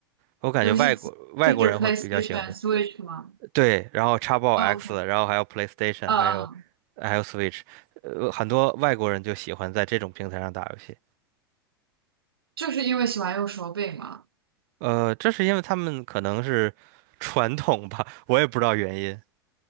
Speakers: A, on the right; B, on the right.
A: 我感觉外国外国人会比较喜欢这，
B: 游戏机是指 PlayStation、Switch 吗？
A: 对，然后 Xbox
B: o
A: x
B: k
A: box 然后还有 PlayStation，
B: 嗯嗯，
A: 还有还有 Switch，呃，很多外国人就喜欢在这种平台上打游戏。
B: 就是因为喜欢用手柄嘛。
A: 呃，这是因为他们可能是 <laughs> 传统吧，<laughs> 我也不知道原因。